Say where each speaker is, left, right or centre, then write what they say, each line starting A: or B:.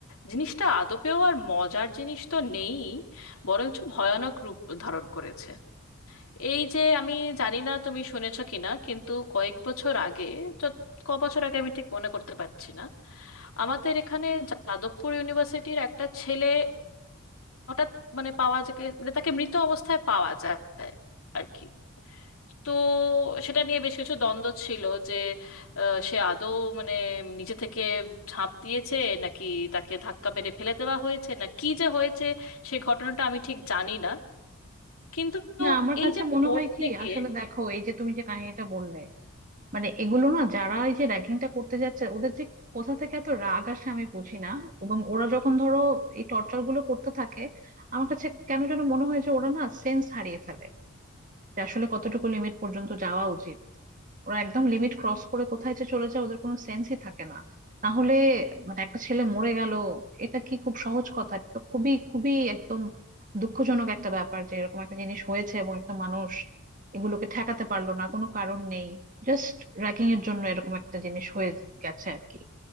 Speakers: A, on the left (about 85°); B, on the right (about 35°).
A: জিনিসটা আদপেও আর মজার জিনিস তো নেই বরঞ্চ ভয়ানক রূপ ধারণ করেছে এই যে আমি জানি না তুমি শুনেছো কিনা কিন্তু কয়েক বছর আগে যত- ক বছর আগে আমি ঠিক মনে করতে পারছি না আমাদের এখানে যাদবপুর ইউনিভার্সিটির একটা ছেলে হঠাৎ মানে পাওয়া যায় মানে তাকে মৃত অবস্থায় পাওয়া যায় আর কি তো সেটা নিয়ে বেশ কিছু দ্বন্দ্ব ছিল যে আহ, সে আদৌ মানে নিজে থেকে ঝাঁপ দিয়েছে নাকি তাকে ধাক্কা মেরে ফেলে দেওয়া হয়েছে না কি যে হয়েছে সেই ঘটনাটা আমি ঠিক জানি না কিন্তু
B: না আমার
A: এই
B: কাছে
A: যে
B: মনে
A: পড়তে
B: হয় কি
A: গিয়ে
B: আসলে দেখো এই যে তুমি যে কাহিনীটা বললে মানে এগুলো না যারা এই যে র্যাগিংটা করতে যাচ্ছে ওদের যে কোথা থেকে এত রাগ আসে আমি বুঝি না এবং ওরা যখন ধরো এই টর্চার গুলো করতে থাকে আমার কাছে কেন যেন মনে হয় যে ওরা না সেন্স হারিয়ে ফেলে যে আসলে কতটুকু লিমিট পর্যন্ত যাওয়া উচিত ওরা একদম লিমিট ক্রস করে কোথায় যে চলে যায় ওদের কোনো সেন্সই থাকে না না হলে মানে একটা ছেলে মরে গেল এটা কি খুব সহজ কথা তো খুবই খুবই একদম দুঃখজনক একটা ব্যাপার যে এরকম একটা জিনিস হয়েছে এবং একটা মানুষ এগুলোকে ঠেকাতে পারলো না কোনো কারণ নেই জাস্ট র্যাগিং এর জন্য এরকম একটা জিনিস হয়ে গেছে আর কি